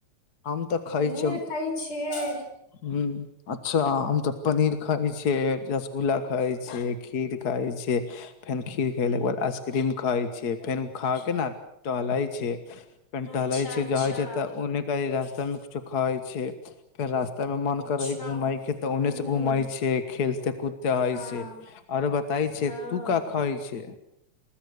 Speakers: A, on the left; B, on the left.
A: हम तऽ खाय
B: पनीर
A: छीयै
B: खाइ छियै
A: ह अच्छा, हम तऽ पनीर खाइ छीयै, रसगुल्ला खाइ छैय, खीर खाय छैय। फेन खीर। खेले के बाद आइस्क्रीम खाई छै, फेन उ खा के ने टहलै छै। फेर
B: अच्छा
A: टहलै छै
B: अच्छा
A: जहै छै तऽ ओन्ने कह रास्ता मे कुछो खाइ छै, फेर रास्ता मे मन करै
B: अच्छा
A: घूमै के तऽ ओन्ने
B: हूँ
A: से घूम छै खेलते कूदते है
B: हँ
A: छै, आरो बताई छै
B: ओ
A: तू का खाई छै।